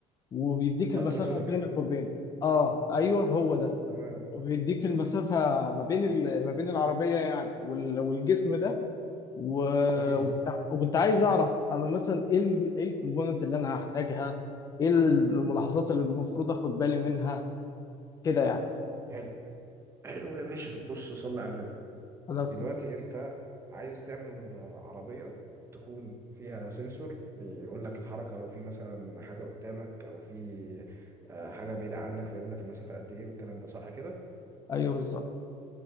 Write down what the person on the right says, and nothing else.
التراسونيك
تمام
جميل
حلو حلو يا باشا بص صلي على النبي
دلوقتي انت عايز تعمل عربية تكون فيها سنسور بيقول لك الحركة لو في مثلا حاجة قدامك او في آه، حاجة بعيدة عنك فيقول لك المسافة قد ايه والكلام ده صح كده